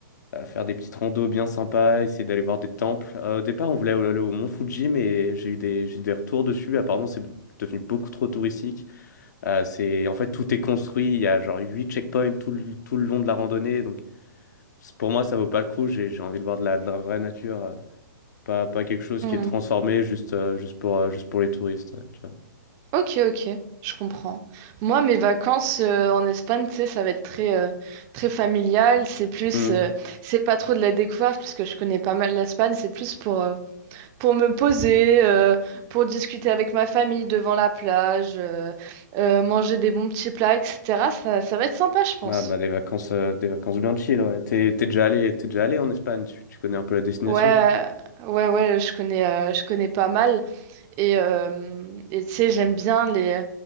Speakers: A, on the left (about 60°); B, on the right (about 25°).
A: euh, faire des petites randos bien sympas, essayer d'aller voir des temples. Euh, au départ, on voulait aller au Mont Fuji, mais j'ai eu des, j'ai eu des retours dessus. Apparemment, c'est devenu beaucoup trop touristique. Euh, c'est, en fait, tout est construit. Il y a genre 8 checkpoints tout le, tout le long de la randonnée. Donc, c'est- pour moi, ça vaut pas le coup. J'ai, j'ai envie de voir de la, de la vraie nature. euh, pas, pas quelque chose
B: Hmm.
A: qui est transformé juste, euh, juste pour, euh, juste pour les touristes, euh, tu vois.
B: Ok, ok, je comprends. Moi, mes vacances euh, en Espagne, tu sais, ça va être très, euh, très familial. C'est plus...
A: Hmm.
B: euh, c'est pas trop de la découverte, puisque je connais pas mal l'Espagne. C'est plus pour... euh, pour me poser, euh, pour discuter avec ma famille devant la plage, euh, euh, manger des bons petits plats, etc. Ça, ça va être sympa, je pense.
A: Ah bah des vacances, euh, des vacances bien chill, ouais. T'es, t'es déjà allé, t'es déjà allé en Espagne, tu, tu connais un peu la destination,
B: Ouais, euh, ouais, ouais, je connais, euh, je connais pas mal. Et, euh, et tu sais, j'aime bien les,